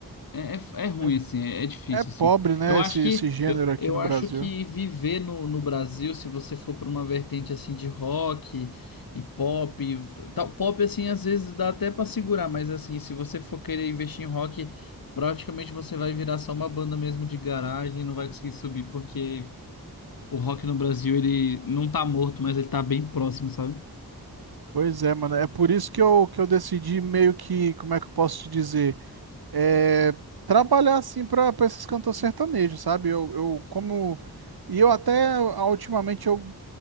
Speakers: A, on the left; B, on the right.
A: É, é, é ruim,
B: É,
A: assim, é, é difícil,
B: é pobre,
A: assim.
B: né,
A: Eu acho
B: esse, esse
A: que
B: gênero
A: eu,
B: aqui
A: eu
B: no Brasil.
A: acho que viver no, no Brasil, se você for para uma vertente assim de rock e pop, e tal, pop assim, às vezes dá até para segurar, mas assim, se você for querer investir em rock, praticamente você vai virar só uma banda mesmo de garagem e não vai conseguir subir, porque o rock no Brasil, ele não tá morto, mas ele tá bem próximo, sabe?
B: Pois é, mano. É por isso que eu, que eu decidi meio que, como é que eu posso te dizer? É, trabalhar assim pra pra esses cantores sertanejos, sabe? Eu, eu como. E eu até ah, ultimamente eu